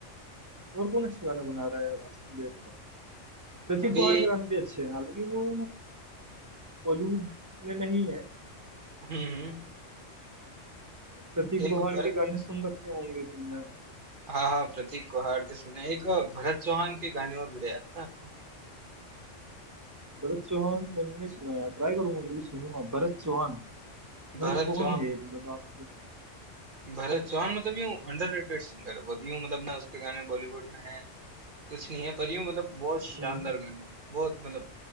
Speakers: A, on the right; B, on the right.
A: और कौन अच्छे गाने बना रहा है यार आज की डेट प्रतीक
B: अभी
A: गौहर के गाने भी अच्छे हैं हालांकि वो बॉलीवुड में नहीं है अ,
B: हम्म हम्म,
A: प्रतीक
B: एक
A: गौहर
B: बर
A: के गाने सुन रखे होंगे तुमने
B: हाँ हाँ प्रतीक को हार के सुने एक अ, भरत चौहान के गाने और बढ़िया लगता है आपको
A: भरत चौहान मैंने नहीं सुना यार ट्राई करूंगा कभी सुनूंगा भरत चौहान मतलब
B: भरत
A: कौन
B: चौहान
A: है ये? मतलब आप
B: भरत चौहान मतलब यूं अंडररेटेड सिंगर है बहुत यूं मतलब ना उसके गाने बॉलीवुड में है कुछ नहीं है पर यूं मतलब बहुत शानदार
A: हम्म,
B: गाने हैं बहुत मतलब